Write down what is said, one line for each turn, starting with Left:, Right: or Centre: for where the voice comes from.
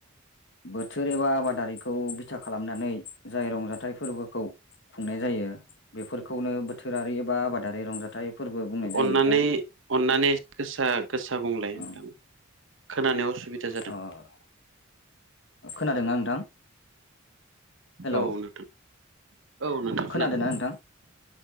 Left: बोथोर एबा आबादारिखौ बिथा खालामनानै जाय रंजाथाइ फोरबोखौ खुंनाय जायो बेफोरखौनो बोथोरारि एबा आबादारि रंजाथाइ फोरबो बुंनाय जायो
Right: अननानै
Left: नोंथां
Right: अननानै गोसा गोसा बुंलाय नोंथां
Left: ओम
Right: खोनानो असुबिदा जादों
Left: अ खोनादोंना नोंथां हेलौ
Right: औ नोंथां औ नोंथां खोनादों
Left: खोनादोंना नोंथां